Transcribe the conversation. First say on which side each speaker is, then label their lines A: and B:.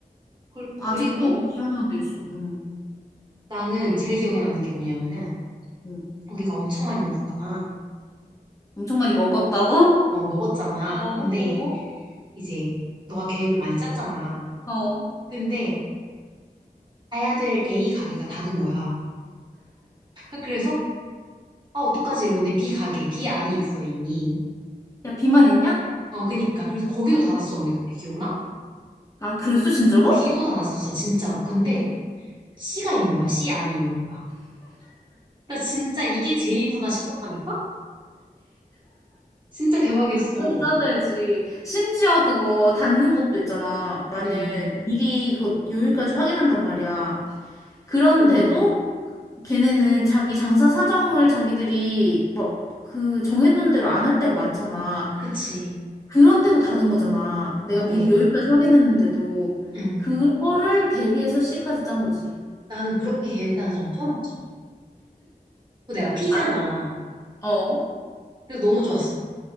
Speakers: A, on the right (about 30°); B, on the left (about 20°).
A: 그,
B: 아직도
A: 그리고
B: 막 기억나는 데 있어. 응.
A: 나는
B: 그리고,
A: 제일 기억에 남는 게 뭐냐면은,
B: 응.
A: 우리가 엄청 많이 먹었잖아.
B: 엄청 많이 먹었다고?
A: 어, 먹었잖아.
B: 어,
A: 근데 이제 너가 계획을 많이 짰잖아.
B: 어, 어.
A: 근데 가야 될 A 가게가 닫은 거야. <laughs> 그래서 아, 어떡하지? 이러고 근데 B 가게, B 안이 있어, 이미.
B: 야, 비만 있냐?
A: 어, 그니까. 그래서 거기도 닫았어, 우리 그때, 기억나?
B: 아, 그랬어, 진짜로?
A: B도 닫았었어, 진짜로. 근데 C가 있는 거야, C 안이 있는 거야. 나 진짜 이게 제이구나 싶었다니까? 진짜 대박이었어.
B: 나도 따져야지. 심지어 그거 닿는 것도 있잖아. 나는
A: 응,
B: 미리 그 요일까지 확인한단 말이야. 그런데도
A: 어, 어.
B: 걔네는 자기 장사 사정을 자기들이 뭐 그 정해둔 대로 안 할 때가 많잖아.
A: 그치.
B: 그런데도 닫은 거잖아. 내가
A: 어, 어.
B: 미리 여기까지 확인했는데도
A: 응.
B: 그거를 대비해서 C까지 짠 거지.
A: 나는 그렇게 계획 짜는 사람 처음 봤잖아. 그 내가 P잖아.
B: 아, 너- 어.
A: 그래서 너무 좋았어.